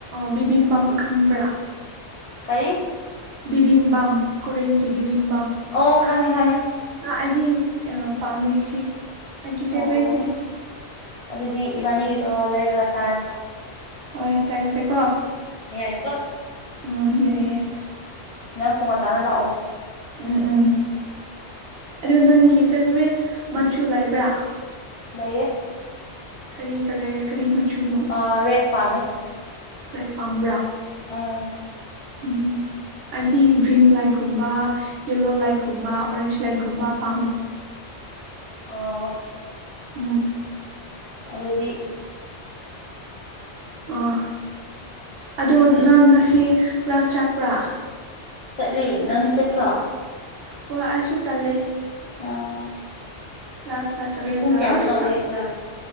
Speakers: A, on the right (about 65°); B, on the left (about 55°).
A: ꯕꯤꯕꯤ ꯕꯥꯝ ꯈꯡꯕ꯭ꯔ
B: ꯀꯔꯤ
A: ꯕꯤꯕꯤꯕꯥꯝ ꯀꯣꯔꯤꯌꯥꯟꯒꯤ ꯕꯤꯕꯤꯕꯥꯝ
B: ꯑꯣ ꯈꯪꯉꯦ ꯈꯪꯉꯦ
A: ꯑꯩꯗꯤ ꯄꯥꯝꯃꯦ ꯁꯤ ꯑꯩꯒꯤ ꯐꯦꯚꯣꯔꯥꯏꯠꯅꯦ
B: ꯑꯣ ꯑꯗꯨꯗꯤ ꯏꯕꯥꯅꯤꯒꯤꯗꯣ ꯂꯩꯔꯒ ꯆꯥꯔꯖꯤ
A: ꯍꯣꯏ ꯆꯥꯏꯁꯦ ꯀꯣ
B: ꯌꯥꯏꯀꯣ
A: ꯎꯝ ꯌꯥꯏꯌꯦ ꯌꯥꯏ
B: ꯅꯪꯁꯨ ꯉꯟꯇꯥꯅ ꯂꯥꯛꯑꯣ
A: ꯎꯝ ꯎꯝ ꯑꯗꯨ ꯅꯪꯒꯤ ꯐꯦꯚꯣꯔꯥꯏꯠ ꯃꯆꯨ ꯂꯩꯕ꯭ꯔ
B: ꯂꯩꯌꯦ
A: ꯀꯔꯤ ꯀꯂꯔ ꯀꯔꯤ ꯃꯆꯨꯅꯣ
B: ꯑꯥ ꯔꯦꯠ ꯄꯥꯝꯃꯦ
A: ꯔꯦꯗ ꯄꯥꯝꯕ꯭ꯔ
B: ꯎꯝ
A: ꯎꯝ ꯑꯩꯗꯤ ꯒ꯭ꯔꯤꯟ ꯂꯥꯏꯠꯀꯨꯝꯕ ꯌꯦꯂꯣ ꯂꯥꯏꯠꯒꯨꯝꯕ ꯑꯣꯔꯦꯟꯖ ꯂꯥꯏꯠꯀꯨꯝꯕ ꯄꯥꯝꯃꯦ
B: ꯑꯣ
A: ꯎꯝ
B: ꯑꯗꯨꯗꯤ
A: ꯑꯣ ꯑꯗꯨ ꯅꯪ ꯉꯁꯤ ꯀ꯭ꯂꯥꯁ ꯆꯠꯄ꯭ꯔ
B: ꯆꯠꯂꯤ ꯅꯪꯗꯤ ꯆꯠꯇ꯭ꯔꯣ
A: ꯍꯣꯏ ꯑꯩꯁꯨ ꯆꯠꯂꯦ ꯀꯂꯥꯁꯇ
B: ꯑꯣ
A: ꯆꯠꯂꯒ
B: ꯗꯤ ꯄꯨꯡ ꯀꯌꯥꯗ ꯇꯧꯋꯦ
A: ꯆꯥꯛ
B: ꯀ꯭ꯂꯥꯁ